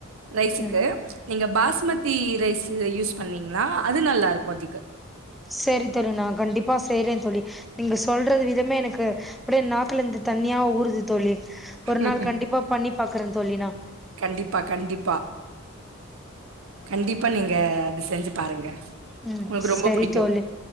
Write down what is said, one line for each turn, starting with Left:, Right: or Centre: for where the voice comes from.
Right: ரைசுக்கு
Centre: ம்
Right: நீங்க பாஸ்மதி ரைசு யூஸ் பண்ணீங்கன்னா அது நல்லா இருக்கும் அதுக்கு
Centre: சேரி தோரி நா கண்டிப்பா செய்றே தோழி நீங்க சொல்ற விதமே எனக்கு அப்யே நாக்ல இருந்து தண்ணியா ஊருது தோழி ஒரு
Right: ம்ஹ்ம்.
Centre: நாள் கண்டிப்பா பண்ணிப் பாக்றே தோழி நா
Right: கண்டிப்பா கண்டிப்பா கண்டிப்பா நீங்க அது செஞ்சு பாருங்க
Centre: உம்
Right: உங்களுக்கு
Centre: செரி
Right: ரொம்ப புடிக்கு
Centre: தோழி